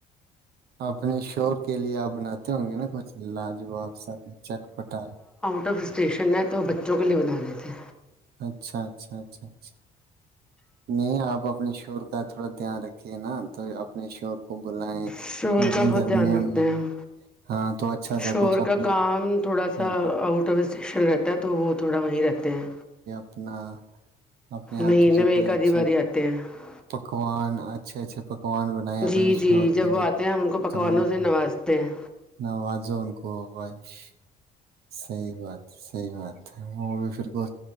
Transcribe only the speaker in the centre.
آٹف اسٹیشن ہے تو وہ بچوں کے لیے بنا رہے تھے
شور کا بہت
دھیان رکھتے
ہیں ہم
شور
کا کام تھوڑا سا
آؤٹ آف اس یشن رہتا ہے تو وہ تھوڑا وہیں رتے ہیں
مہینے
میں
ایک آدھی
باری آتے ہیں
جی جی
جب
وہ آتے ہیں ہم ان کو پکوانوں
سے
نوازتے ہیں